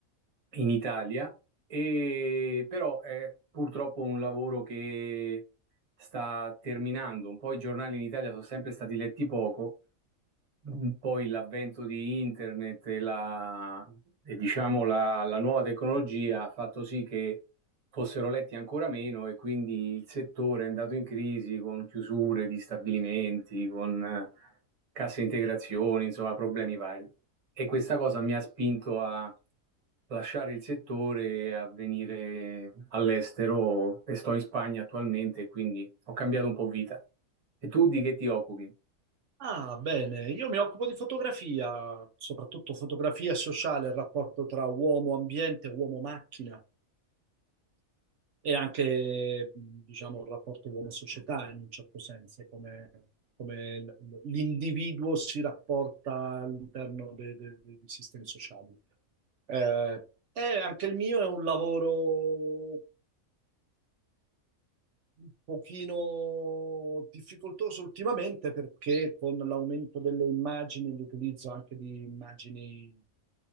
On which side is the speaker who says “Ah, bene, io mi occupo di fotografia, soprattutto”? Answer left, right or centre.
Right